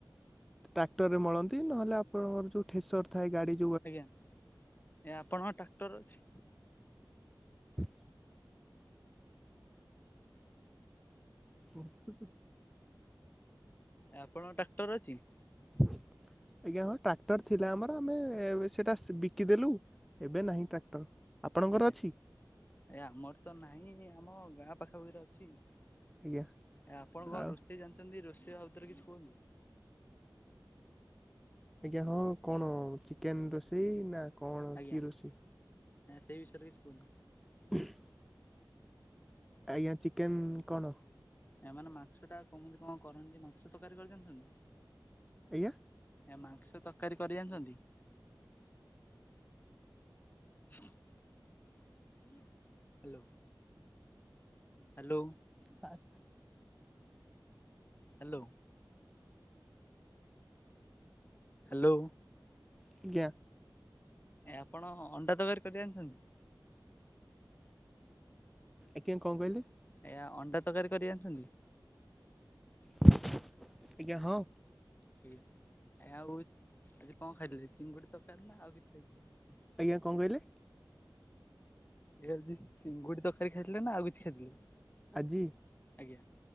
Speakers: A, in the centre; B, on the left.
A: ଟ୍ରାକ୍ଟର ରେ ମଳନ୍ତି ନହେଲେ ଆପଣଙ୍କର ଯୋଉ ଠେସର ଥାଏ ଗାଡି।
B: ଆଜ୍ଞା ଏ ଆପଣଙ୍କ ଟ୍ରାକ୍ଟର ଅଛି।
A: ହୁଁ। ହ ହ।
B: ଆପଣଙ୍କ ଟ୍ରାକ୍ଟର ଅଛି।
A: ଆଜ୍ଞା ହଁ ଟ୍ରାକ୍ଟର ଥିଲା ଆମର ଆମେ ସେଟା ବିକିଦେଲୁ। ଏବେନାହିଁ ଟ୍ରାକ୍ଟର। ଆପଣଙ୍କର
B: ଆଜ୍ଞା ଆଜ୍ଞା
A: ଅଛି
B: ଆମରତ ନାହିଁ ଆମ ଗାଁ ପାଖା ପାଖିରେ ଅଛି। ଏ
A: ଆଜ୍ଞା
B: ଆପଣ ଘଣ
A: ଆଉ
B: ରୋଷେଇ ଜାଣିଛନ୍ତି ରୋଷେଇବାଦରେ କିଛି କୁହନ୍ତୁ।
A: ଆଜ୍ଞା ହଁ କଣ ଚିକେନ୍ ରୋଷେଇ ନା କଣ
B: ଆଜ୍ଞା
A: କି ରୋଷେଇ
B: ସେଇବିଷୟରେ କିଛି କହୁନ୍ତୁ।
A: <inaudible> ଆଜ୍ଞା ଚିକେନ୍ କଣ?
B: ଏମାନେ ମାଛ ଟା କେମିତି କଣ କରନ୍ତି ମାଂସ ତରକାରୀ କରିଜାଣିଛନ୍ତି।
A: ଆଜ୍ଞା।
B: ଏ ମାଂସ ତରକାରୀ କରି ଜାଣିଛନ୍ତି। ହ୍ୟାଲୋ। ହ୍ୟାଲୋ।
A: ପାସ।
B: ହ୍ୟାଲୋ। ହ୍ୟାଲୋ।
A: ଆଜ୍ଞା।
B: ଏ ଆପଣ ଅଣ୍ଡା ତକାରୀକରି ଯାଣିଛନ୍ତି।
A: ଆଜ୍ଞା କଁ କହିଲେ।
B: ଆଜ୍ଞା ଅଣ୍ଡା ତରକାରୀ କରି ଆଣିଛନ୍ତି।
A: ଆଜ୍ଞା ହଁ।
B: ଆ ଆଉ ଆଜି କଣ ଖାଇଦଥିଲେ ଚିଙ୍ଗୁଡ଼ି ତରକାରୀ ନା ଆଉ କିଛି ଖାଇ ଥିଲେ।
A: ଆଜ୍ଞା କଣ କହିଲେ?
B: ଏଇ ଆଜି ଚିଙ୍ଗୁଡି ତରକାରୀ ଖାଇଥିଲେ ନା ଆଉ କିଛି ଖାଇଥିଲେ।
A: ଆଜି।
B: ଆଜ୍ଞା